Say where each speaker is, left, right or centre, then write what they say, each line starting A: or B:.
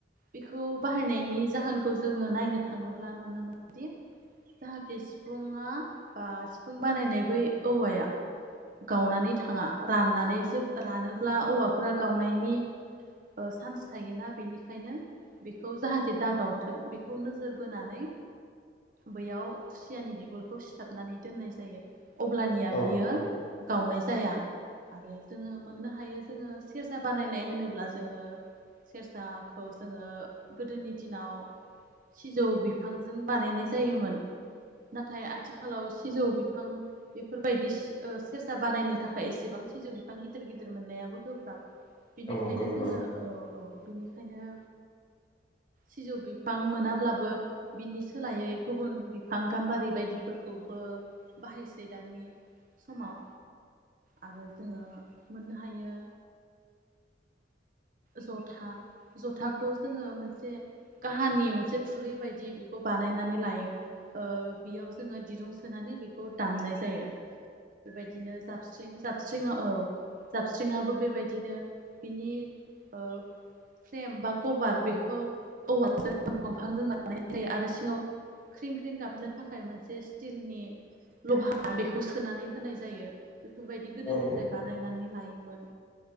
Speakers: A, on the right; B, on the left.
A: बेखौ बाहायनायनि जाहोनखौ जोङो नायनो थाङोब्ला नुनो मोनोदि जाहाथे सिफुुङा बा सिफुं बानायनाय बै औवाया गावनानै थाङा राननानै जे रानोब्ला औवाफोरा गावनायनि ओ सान्स थायोना बेनिखायनो बेखौ जाहाथे दागावथों बेखौ नोजोर बोनानै बैयाव खुसियानि बिगुरखौ सिथाबनानै दोननाय जायो। अब्लानिया
B: औ
A: बियो
B: नंगौ
A: जाया आरो जोङो मोननो हायो जोङो सेरजा बानायनाय होनोब्ला जोङो सेरजाखौ जोङो गोदोनि दिनाव सिजौ बिफांजों बानायनाय जायोमोन नाथाय आथिखालाव सिजौ बिफां बेफोरबायदि सि ओ सेरजा बानायनो थाखाय एसेबां सिजौ बिफां गिदिर गिदिर मोननायाबो गोब्राब बिनिखायनो
B: औ गोब्राब
A: जोङो औ औ बिनिखायनो सिजौ बिफां मोनाब्लाबो बिनि सोलायै गुबुन बिफां गाम्बारि बायदिफोरखौबो बाहायसै दानि समाव आरो जोङो मोननो हायो जथा जथाखौ जोङो मोनसे काहानि मोनसे खुरै बायदि बेखौ बानायनानै लायो ओ बेयाव जोङो दिरुं सोनानै बेखौ दामनाय जायो बेबायद दिनो जाबस्रिं जाबस्रिङा औ जाबस्रिङाबो बेबायदिनो बिनि ओ फ्रेम बा कभार बेखौ औवाल दंफांजों बानायनाय जायो आरो सिङाव ख्रिं ख्रिं गाबनो थाखाय मोनसे स्टिलनि लहा बेखौ सोनानै होनाय जायो। बेफोरबायदि गोदोनिफ्राय
B: औ
A: बानायनानै लायोमोन